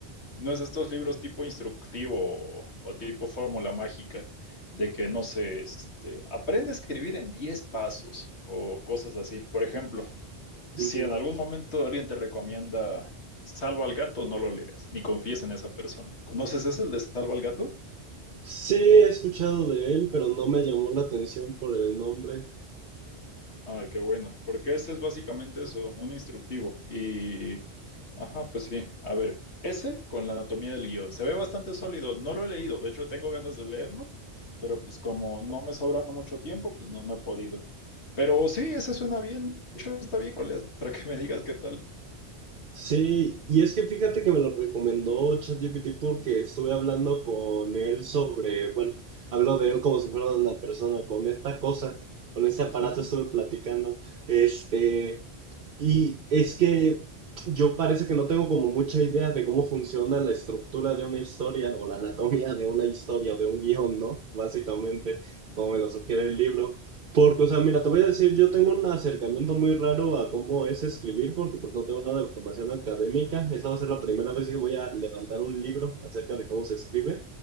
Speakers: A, on the left (about 90°); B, on the right (about 55°).
A: No es estos libros tipo instructivo o, tipo fórmula mágica de que, no sé, este, aprende a escribir en 10 pasos o cosas así. Por ejemplo, si
B: Ujú.
A: en algún momento alguien te recomienda Salva al gato, no lo leas, ni confíes en esa persona. ¿Conoces ese, el de Salva al gato?
B: Sí, he escuchado de él, pero no me llamó la atención por el nombre.
A: Ah, qué bueno, porque ese es básicamente eso, un instructivo. Y, ajá, pues sí, a ver, ese con la anatomía del guión, se ve bastante sólido, no lo he leído, de hecho tengo ganas de leerlo, pero pues como no me sobra mucho tiempo, pues no, no he podido. Pero sí, ese suena bien, de hecho está bien, colegas, para que me digas qué tal.
B: Sí, y es que fíjate que me lo recomendó ChatGPT porque estuve hablando con él sobre, bueno, hablo de él como si fuera una persona, con esta cosa, con este aparato
A: <laughs>
B: estuve platicando. Este, Y es que yo parece que no tengo como mucha idea de cómo funciona la estructura de una historia o la anatomía de una historia o de un guión, ¿no? Básicamente, como me lo sugiere el libro. Porque, o sea, mira, te voy a decir, yo tengo un acercamiento muy raro a cómo es escribir, porque pues no tengo nada de formación académica. Esta va a ser la primera vez que voy a levantar un libro acerca de cómo se escribe.